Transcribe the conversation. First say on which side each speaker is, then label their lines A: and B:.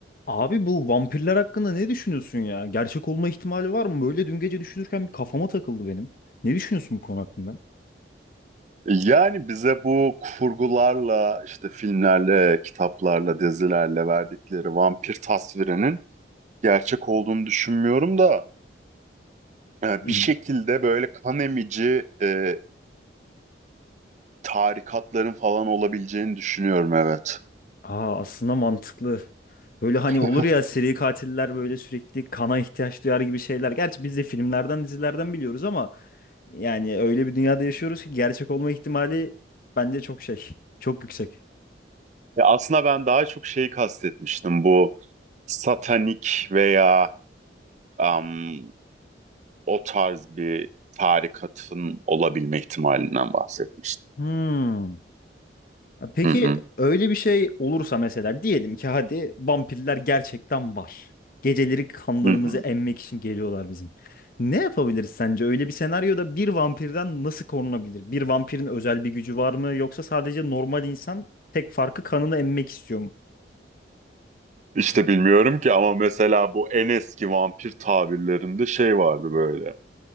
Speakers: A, on the left; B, on the right.
A: Abi bu vampirler hakkında ne düşünüyorsun ya? Gerçek olma ihtimali var mı? Böyle dün gece düşünürken bir kafama takıldı benim. Ne düşünüyorsun bu konu hakkında?
B: Yani bize bu kurgularla, işte filmlerle, kitaplarla, dizilerle verdikleri vampir tasvirinin gerçek olduğunu düşünmüyorum da e,
A: Hı
B: bir
A: hı.
B: şekilde böyle kan emici e, tarikatların falan olabileceğini düşünüyorum evet.
A: Aa aslında mantıklı. Böyle hani
B: <laughs>
A: olur ya seri katiller böyle sürekli kana ihtiyaç duyar gibi şeyler. Gerçi biz de filmlerden, dizilerden biliyoruz ama yani öyle bir dünyada yaşıyoruz ki gerçek olma ihtimali bence çok şey, çok yüksek.
B: Ya aslında ben daha çok şeyi kastetmiştim bu satanik veya am, o tarz bir tarikatın olabilme ihtimalinden bahsetmiştim.
A: Hmm. Ya Peki
B: Hı hı.
A: öyle bir şey olursa mesela diyelim ki hadi vampirler gerçekten var. Geceleri kanlarımızı
B: Hı hı.
A: emmek için geliyorlar bizim. Ne yapabiliriz sence? Öyle bir senaryoda bir vampirden nasıl korunabilir? Bir vampirin özel bir gücü var mı? Yoksa sadece normal insan tek farkı kanını emmek istiyor mu?
B: İşte bilmiyorum ki ama mesela bu en eski vampir tabirlerinde şey vardı böyle.